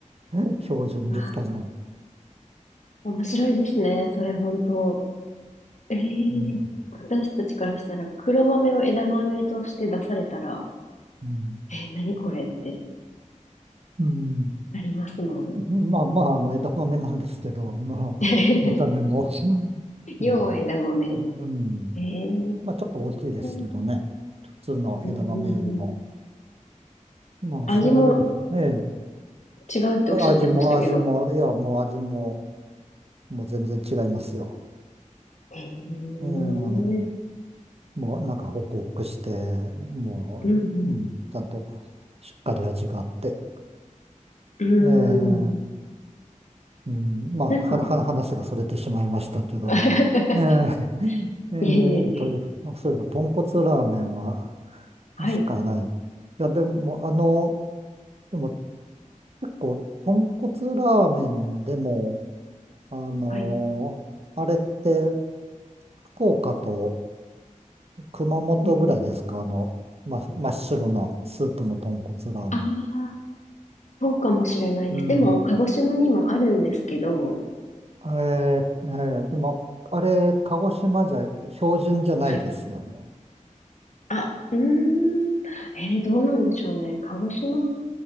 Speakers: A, on the right; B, on the left.
A: <laughs> 標準でしたね。
B: ー、あ、面白いですね。それ本当。ええ私たちからしたら黒豆を枝豆として出されたら、
A: うん。うん。
B: えー、何これって
A: うん
B: なりますもん。
A: まあまあ、あの、枝豆なんですけど、まあ、
B: <laughs>
A: 見た目も、うん、
B: 要は枝豆。
A: うん。
B: ええう
A: まあ、ちょっと大きいですけどね。
B: ん
A: 普通の枝豆よりも。
B: うんうん。
A: まあ、
B: 味も
A: そういう、ね
B: 違うっておっしゃってましたけど。
A: え、え味も味も、いや、もう味も、もう全然違いますよ。
B: ええうん
A: ええ、あの、もうなんかホクホクして、もう、
B: うん
A: うん、ちゃんとしっかり味があって。
B: うー
A: ええ
B: ん。
A: うん、まあ、
B: なんか、
A: は、は、話がそれてしまいましたけど。
B: <laughs>
A: えー、<laughs> えーと、
B: いえいえ。
A: そういえば、豚骨ラーメンは、
B: はい。
A: しかない。いや、でも、あの、でも、結構、豚骨ラーメンでも、あのあれって、
B: はい。
A: 福岡と熊本ぐらいですかあの、
B: うん。
A: ま、真っ白なスープの豚骨ラーメンって。
B: ああ、そうかもしれないです。
A: うん。
B: でも、鹿児島にもあるんですけど、
A: えーえーでも、あれ、鹿児島じゃ標準じゃないですよね。
B: はい。あ、うーん。えー、どうなんでしょうね。鹿児島。